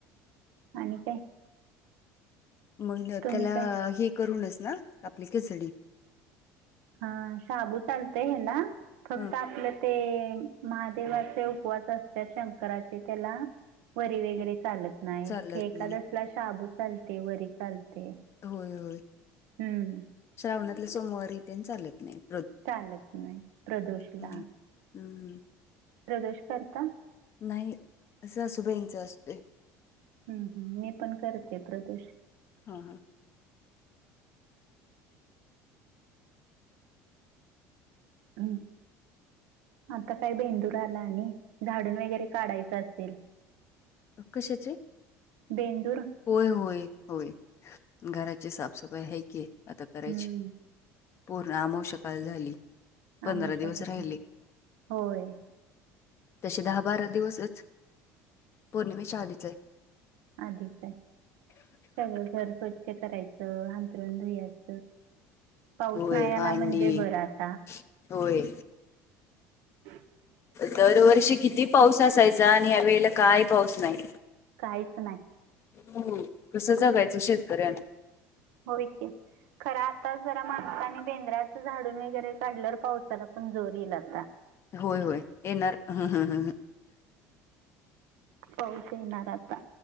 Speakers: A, on the right (about 80°); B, on the left (about 40°).
A: आणि काय
B: मग
A: तुम्ही
B: त्याला
A: काय
B: हे करूनच ना आपली खचडी
A: हा शाबू चालतय आहे ना फक्त
B: ह
A: आपल्या ते महादेवाचे उपवास असतात शंकराचे त्याला वरी वगैरे चालत नाही
B: चालत
A: हे एखाद
B: नाही
A: असला शाबू चालते वरी चालते
B: होय होय
A: हम्म
B: श्रावणातले सोमवारीही त्यां चालत नाहीत
A: चालच नाही प्रदोष ला
B: हम्म हम्म
A: प्रदोष करता
B: नाही असं सासुबाईंच असतोय.
A: हम् हम मी पण करते प्रदूष
B: हा हा
A: ह आता काय बेंदूर आला आणि झाडून वगैरे काढायचं असेल
B: कशाचे
A: बेंदूर
B: होय होय होय घराची साफसफाई हाय की आता
A: हम्म
B: करायची पूर्ण आमवश्या काल झाली. पंधरा
A: आमोशाला
B: दिवस
A: आहे.
B: राहिले.
A: होय
B: तसे दहा बारा दिवसच पौर्णिमे श आलीच आहे.
A: आधीच आहे सगळं घर स्वच्छ करायचं. धुयाच पाऊस
B: होय
A: नाही आला
B: भांडी
A: म्हणजे बरं आता
B: होय.
A: ह.
B: दरवर्षी किती पाऊस असायचा आणि ह्या वेळेला काय पाऊस नाही.
A: काहीच नाही.
B: हो कसं जगायचं शेतकऱ्यांन
A: होय कि खरं आता जरा माणसानी बेंद्रात झाडून वगैरे काढल्यावर पावसाला पण जोर येईल आता
B: होय होय येणार ह्हह.
A: पाऊस येणार आता